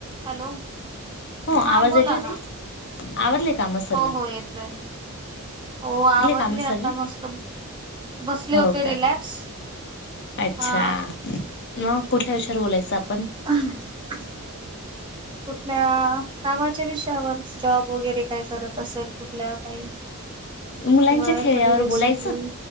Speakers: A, on the right; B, on the left.
A: Hello
B: हो आवाज
A: हा बोला
B: येतोय
A: ना.
B: ताई आवरले
A: हो,
B: काम सर्वे
A: हो, येतोय. हो आवरले
B: काम
A: आता
B: सर्वे
A: मस्त. बसले
B: हो
A: होते
B: का
A: रिलॅक्स
B: अच्छा
A: हा
B: मग कुठल्या विषयावर बोलायचं आप
A: <unintelligible> कुठल्या कामाच्या विषयावर, जॉब वगैरे काय करत असेल कुठल्या, काही
B: मुलांच्या
A: किंवा
B: खेळ्यावर
A: एखादी रेसिपी
B: बोलायचं?